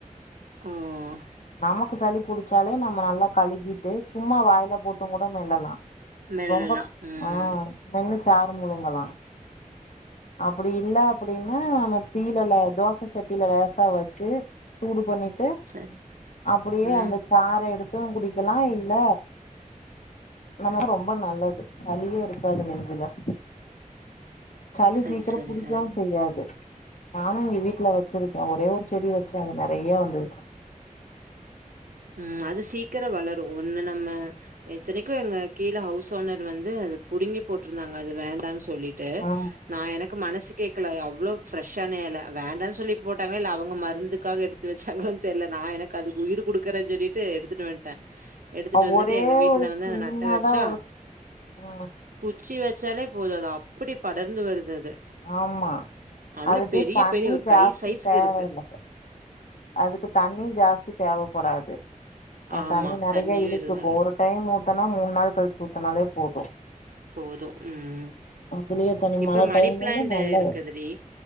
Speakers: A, on the right (about 75°); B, on the left (about 60°).
A: ம்
B: நமக்கு சளி புடிச்சாலே நம்ம நல்லா கழுவிட்டு சும்மா வாயில போட்டு கூட மெல்லலா
A: மெல்லலாம்.
B: ரொம்ப
A: ம்.
B: ஆ மென்னு சாறு முழுங்கலா அப்படி இல்ல அப்படின்னா நம்ம தீயில ல தோச சட்டில லேசா வச்சு சூடு பண்ணிட்டு
A: சரி.
B: அப்படியே
A: ம்.
B: அந்த சாற எடுத்து குடிக்கலா இல்ல நமக்கு ரொம்ப நல்லது சளியே இருக்காது நெஞ்சில சளி
A: சரி,
B: சீக்கரோ
A: சரி,
B: புடிக்கவு
A: சரி.
B: செய்யாது நானு எங்க வீட்ல வச்சிருக்க ஒரே ஒரு செடி வச்சு அது நறைய வந்துருச்சு
A: ம் அது சீக்கிரோ வளரு ஒன்னு நம்ம இத்தனைக்கு எங்க கீழ ஹவுஸ் ஓனர் வந்து அது புடுங்கி போட்டிருந்தாங்க அது வேண்டானு சொல்லிட்டு
B: ஆ
A: நா எனக் கு மனசு கேக்கல அவ்ளோ ஃபிரெஷ்ஷான எல வேண்டானு சொல்லி போட்டாங்களா இல்ல அவுங்க மருந்துக்காக எடுத் து வச்சாங்களான்னு தெர்ல நா எனக்கு அதுக்கு உயிர் குடுக்குறன்னு சொல்லிட்டு எடுத்துட்டு வன்ட்ட எடுத்துட்டு
B: ஆ
A: வந்துட்டு
B: ஒரே
A: எங்க வீட்ல
B: ஒரு
A: வந்து
B: சின்னதா
A: அது நட்ட வச்சா
B: ஒரு ம்
A: குச்சி வச்சாலே போது அது அப்படி படர்ந்து வருது அது
B: ஆமா
A: நல்ல
B: அதுக்கு
A: பெரிய
B: தண்ணி
A: பெரிய ஒரு
B: ஜாஸ்தி
A: கை சைஸ்க்கு
B: தேவயில்ல
A: இருக்கு
B: அதுக்கு தண்ணி ஜாஸ்தி தேவப்படாது அ
A: ஆமா.
B: தண்ணி நறைய
A: தண்ணியும்
B: இழுக்கு
A: இருக்கு.
B: இப்ப ஒரு டைம் ஊத்தனா மூணு நாள் கழிச்சு ஊத்தனாலே போது
A: போதும். ம்.
B: அதுலயே தண்ணி
A: இப்ப
B: மழ
A: மணி
B: டைம்லலா
A: பிளான்ட்
B: நல்லா
A: இருக்குதுடி.
B: வரு